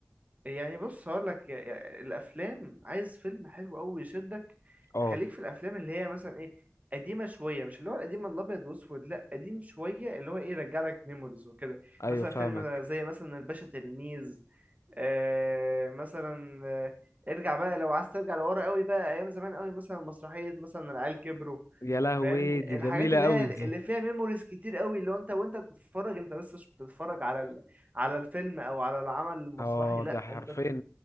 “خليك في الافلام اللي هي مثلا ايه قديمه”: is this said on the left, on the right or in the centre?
Right